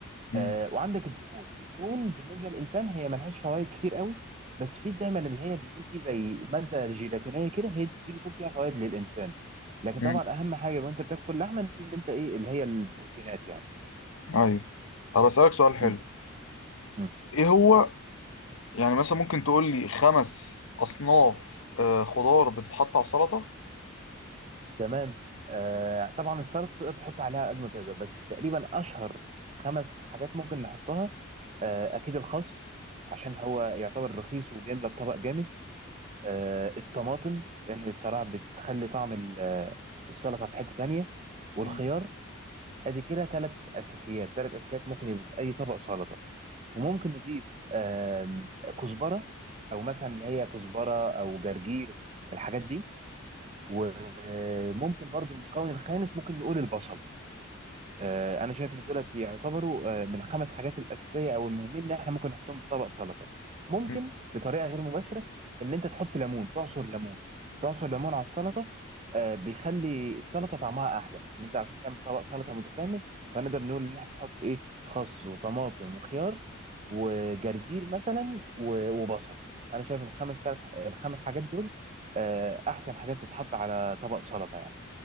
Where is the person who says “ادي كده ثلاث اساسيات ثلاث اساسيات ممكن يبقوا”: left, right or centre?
Right